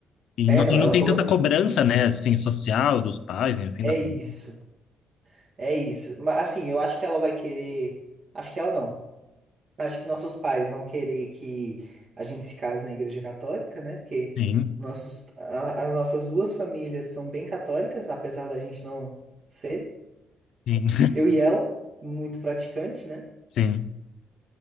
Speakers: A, on the left; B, on the right.
A: E
B: É,
A: não,
B: não,
A: e
B: ela
A: não tem
B: falou
A: tanta
B: assim,
A: cobrança, né? Assim, social dos pais, enfim,
B: é
A: da... família.
B: isso, é isso. Mas assim, eu acho que ela vai querer, acho que ela não. Acho que nossos pais vão querer que a gente se case na Igreja Católica, né? Porque
A: Sim,
B: nossos, a- as nossas duas famílias são bem católicas, apesar da gente não ser.
A: sim.
B: Eu e ela, muito praticante, né?
A: Sim.